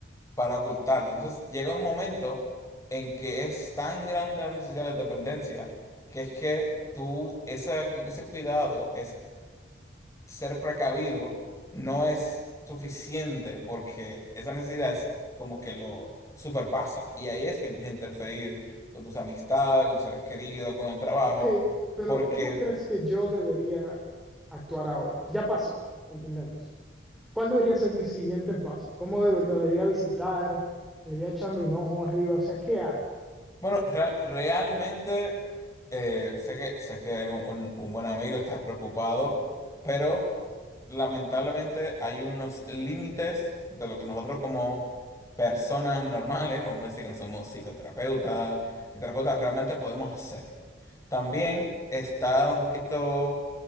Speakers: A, on the left (about 15°); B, in the centre.
A: para ocultarlo. Entonces, llega un momento en que es tan grande la necesidad de dependencia que es que tú, esa, ese cuidado, ser precavido no es suficiente porque esa necesidad es como que lo superpasa. Y ahí es que empieza a interferir con tus amistades, con tus seres queridos, con el trabajo,
B: Ok, pero
A: porque,
B: ¿cómo crees que yo debería actuar ahora? Ya pasó, entendemos. ¿Cuál debería ser mi siguiente paso? ¿Cómo debe- debería visitar? ¿Debería echarle un ojo arriba? O sea, ¿qué hago?
A: bueno, real- realmente eh, sé que, sé que eres un, un- un buen amigo, estás preocupado, pero lamentablemente hay unos límites de lo que nosotros como... personas normales, vamos a decir que no somos psicoterapeutas, ni terapeutas realmente podemos hacer. También está un poquito